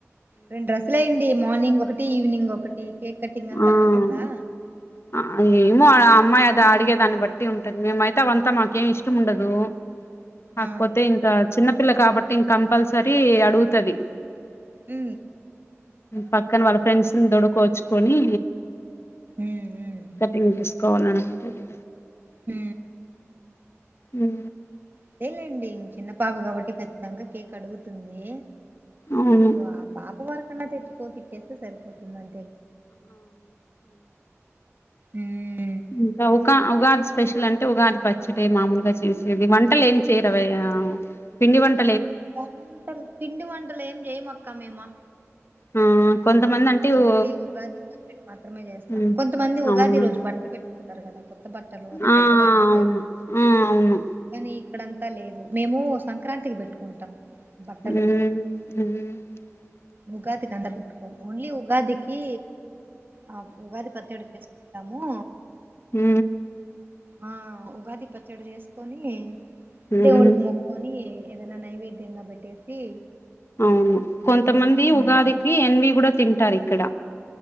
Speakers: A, on the right (about 45°); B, on the left (about 55°).
A: రెండు డ్రెస్సులు ఎయండి మార్నింగ్ ఒక తీ ఈవినింగ్ ఒకటి కేక్ కటింగ్ అంతా
B: ఉమ్
A: ఉంటుందా
B: ఆ ఏమో ఆడ ఆ అమ్మాయి అదా అడిగే దాన్ని బట్టి ఉంటది మేమైతే అవంతా మాకేమి ఇష్టం ఉండదు కాకపోతే
A: ఆ
B: ఇంకా చిన్నపిల్ల కాబట్టి ఇంక కంపల్సరీ అడుగుతది
A: ఉ
B: పక్కన వాళ్ళ ఫ్రెండ్స్ దొడుకోచ్చుకొని
A: ఉమ్
B: టింగ్ చేసుకోవాలని ఉంటది
A: హ
B: ఉ
A: అంతేలేండి చిన్న పాప కాబట్టి ఖచ్చితంగా కేక్ అడుగుతుంది
B: అవును
A: సో ఆ పాప వరకన్నా తెచ్చి కోపిచ్చేస్తే సరిపోతుందం ఉమ్
B: ఇంకా ఉకా ఉగాది స్పెషల్ అంటే ఉగాది పచ్చడి మామూలుగా చేసేది వంటలు ఏం చేయరావ పిండి వంట
A: వంటలు పిండి వంటలు ఏం జయమక్క మేమా
B: ఆ కొంతమంది అంటే
A: ఓన్లీ
B: ఓ
A: ఉగాది బె మాత్రమే చేస్తాం
B: మ్
A: కొంతమంది ఉగాది
B: అవును
A: రోజు బట్టలు పెట్టుకుంటారు కదా కొత్త బట్టలు అది
B: ఆ
A: పెద్ద వాళ్ళకే
B: అవును ఆ అవును
A: కానీ ఇక్కడంతా లేదు మేము సంక్రాంతికి పెట్టుకుంటాం
B: హ
A: బట్టలు ఉగాది కంద పెట్టుకోం ఓన్లీ ఉగాదికి ఆ ఉగాది పచ్చడి చేసుకో టమో
B: హ
A: ఆ ఉగాది పచ్చడి చేసుకొని
B: మ్
A: దేవుడుకి మొక్కకొని ఏదనా నైవేద్యంగా పెట్టేసి
B: అవును కొంతమంది
A: తినేసి-
B: ఉగాదికి
A: ఉమ్.
B: ఎన్వి కూడా తింటారు ఇక్కడ